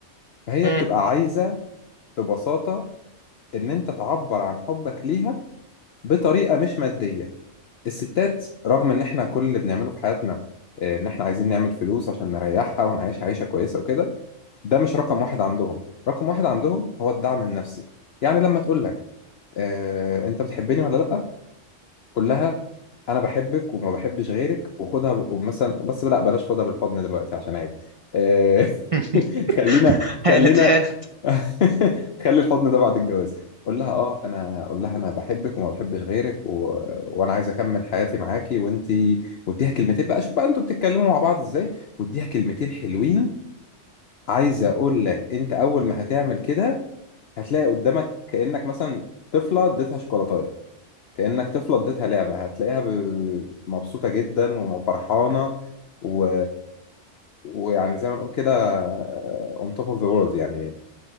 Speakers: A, on the left; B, on the right.
A: فهي
B: مم.
A: بتبقى عايزه ببساطه ان انت تعبر عن حبك ليها بطريقه مش ماديه الستات رغم ان احنا كل اللي بنعمله في حياتنا آه، ان احنا عايزين نعمل فلوس عشان نريحها ونعيش عيشه كويسه وكده ده مش رقم واحد عندهم رقم واحد عندهم هو الدعم النفسي يعني لما تقول لك آه، انت بتحبني ولا لا كلها انا بحبك وما بحبش غيرك وخدها ب- ومثلا بس لا بلاش خدها بالحضن دلوقتي عشان عيب آه،
B: <laughs>
A: <laughs> خلينا
B: هانت
A: خلينا
B: هانت
A: <laughs> خلي الحضن ده بعد الجواز قول لها اه انا قول لها انا بحبك وما بحبش غيرك و... وانا عايز اكمل حياتي معاكي وانتي واديها كلمتين بقى شوف بقى انتوا بتتكلموا مع بعض ازاي واديها كلمتين حلوين عايز اقول لك انت اول ما هتعمل كده هتلاقي قدامك كانك مثلا طفله اديتها شوكولاته كأنك طفلة اديتها لعبة هتلاقيها ب- مبسوطة جدا وفرحانة و... ويعني زي ما نقول كده آه، on top of the world يعني